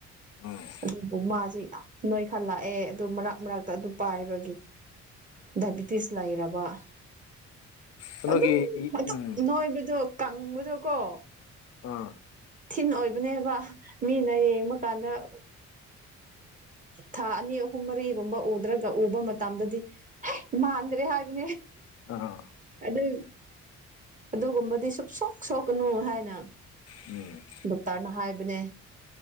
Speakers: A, on the left; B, on the right.
A: ꯑꯣ
B: ꯑꯗꯨꯕꯨ ꯃꯥꯁꯤ ꯌꯥꯝ ꯅꯣꯏꯈꯠꯂꯛꯑꯦ ꯑꯗꯨ ꯃꯔꯛ ꯃꯔꯛꯇ ꯑꯗꯨ ꯄꯥꯏꯕꯒꯤ
A: ꯎꯝ
B: ꯗꯥꯏꯕꯤꯇꯤꯁ ꯂꯩꯔꯕ
A: ꯀꯩꯅꯣꯒꯤ
B: ꯑꯗꯨꯝ ꯑꯗꯨꯝ
A: ꯎꯝ
B: ꯅꯣꯏꯕꯗꯣ ꯀꯪꯕꯗꯣ ꯀꯣ
A: ꯑꯥ
B: ꯊꯤꯟ ꯑꯣꯏꯕꯅꯦꯕ ꯃꯤꯅ ꯌꯦꯡꯕ ꯀꯥꯟꯗ ꯎ ꯊꯥ ꯑꯅꯤ ꯑꯍꯨꯝ ꯃꯔꯤꯒꯨꯝꯕ ꯎꯗ꯭ꯔꯒ ꯎꯕ ꯃꯇꯝꯗꯗꯤ ꯃꯥꯟꯗ꯭ꯔꯦ ꯍꯥꯏꯕꯅꯦ
A: ꯑ
B: ꯑꯗꯨ ꯑꯗꯨꯒꯨꯝꯕꯗꯤ ꯁ ꯁꯣꯛ ꯁꯣꯛꯀꯅꯨ ꯍꯥꯏꯅ
A: ꯎꯝ
B: ꯂꯇꯔꯅ ꯍꯥꯏꯕꯅꯦ